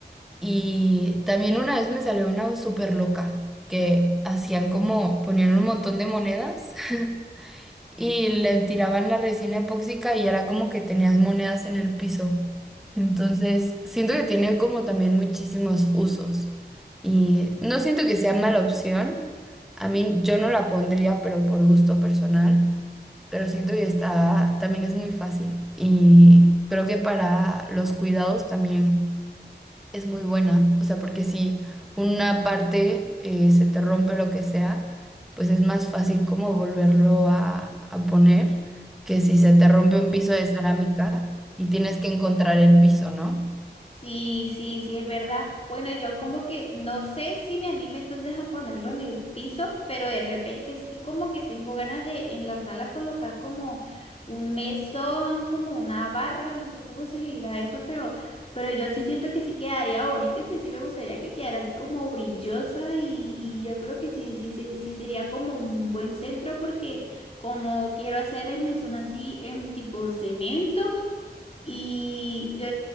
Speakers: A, in the centre; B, on the left.
A: Y también una vez me salió una súper loca que hacían como, ponían un montón de monedas <laughs> y le tiraban la resina epóxica y era como que tenías monedas en el piso. Entonces, siento que tiene como también muchísimos usos y no siento que sea mala opción. A mí yo no la pondría, pero por gusto personal, pero siento que está, también es muy fácil y creo que para los cuidados también es muy buena. O sea, porque si una parte eh, se te rompe lo que sea, pues es más fácil como volverlo a, a poner que si se te rompe un piso de cerámica y tienes que encontrar el
B: él.
A: piso, ¿no?
B: Sí, sí, sí, es verdad. Bueno, yo como que no sé si me anime entonces a ponerlo en el piso, pero de repente sí como que tengo ganas de en la sala colocar como un mesón, como una barra, no sé cómo se le dirá eso, pero, pero yo sí siento que sí quedaría bonito y pues sí me gustaría que quedara así como brillosa y, y yo creo que sí, sí, sí, sí sería como un buen centro porque como quiero hacer el mesón así en tipo cemento. Y yo